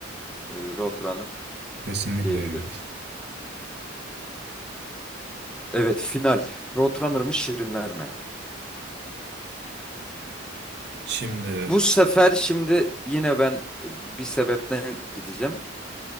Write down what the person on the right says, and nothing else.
kesinlikle
öyle.
Şimdi